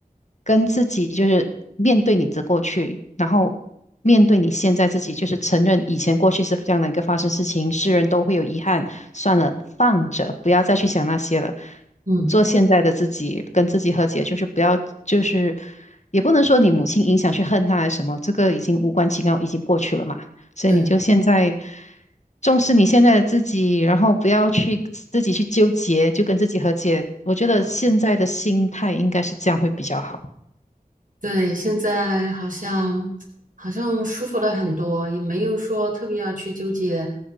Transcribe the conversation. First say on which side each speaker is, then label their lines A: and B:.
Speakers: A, on the left; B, on the right.
A: 跟自己就是面对你的过去，然后面对你现在自己，就是承认以前过去是这样的一个发生事情，世人都会有遗憾，算了，放着，不要再去想那些了。
B: 嗯，
A: 做现在的自己，跟自己和解，就是不要，就是也不能说你母亲影响去恨他还是什么，这个已经无关紧要，已经过去了嘛。所以你就现在
B: 对，
A: 重视你现在的自己，然后不要去自己去纠结，就跟自己和解。我觉得现在的心态应该是这样会比较好。
B: 好，对，现在好像好像舒服了很多，也没有说特别要去纠结，